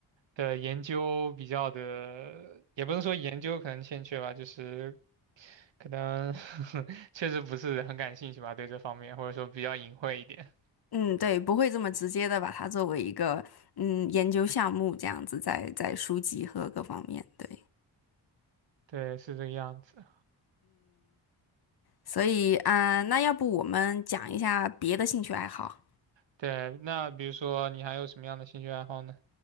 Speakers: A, on the right (about 60°); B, on the left (about 50°).
A: 的研究比较的，也不是说研究可能欠缺吧，就是可能 <laughs> 确实不是很感兴趣吧，对这方面，或者说比较隐晦一点。
B: 嗯，对，不会这么直接的把它作为一个嗯研究项目这样子在在书籍和各方面，对。
A: 对，是这个样子。
B: 所以啊，呃那要不我们讲一下别的兴趣爱好？
A: 对，那比如说你还有什么样的兴趣爱好呢？